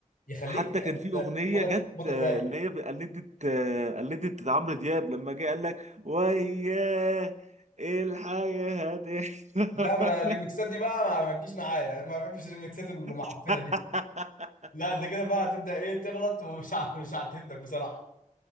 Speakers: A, on the left; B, on the right.
A: يخليك
B: حتى كان في
A: لا،
B: اغنيه
A: مودك
B: جت
A: مودك
B: آه،
A: رايق
B: اللي هي قلدت آه، قلدت عمرو دياب لما جه قال لك وياه إيه الحياه هتحلى
A: لا ما انا الريمكسات دي بقى ما ما تجيش معايا ما بحبش الريمكسات المعفنه
B: <laughs>
A: دي لا انت كده بقى هتبدا ايه تغلط ومش ع- مش هعتمدك بصراحه